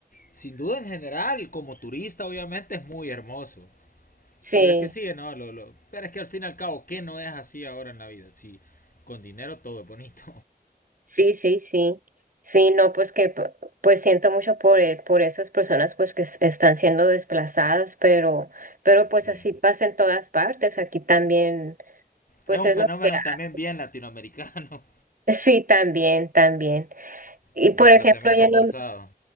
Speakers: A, on the left; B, on the right.
A: sin duda en general como turista obviamente es muy hermoso,
B: Sí,
A: pero es que sí, no, lo, lo... pero es que al fin y al cabo qué no es así ahora en la vida, sí, con dinero todo es bonito.
B: sí, sí, sí. Sí, no, pues que p- pues siento mucho por, eh, por esas personas pues que s- están siendo desplazadas, pero, pero pues
A: <laughs> sí.
B: así pasa en todas partes. Aquí también, pues
A: Es un
B: es
A: fenómeno
B: lo que hay.
A: también bien latinoamericano,
B: <laughs> Sí, también, también.
A: <laughs>
B: Y
A: el
B: por
A: desplazamiento
B: ejemplo, allá
A: forzado.
B: en Hon-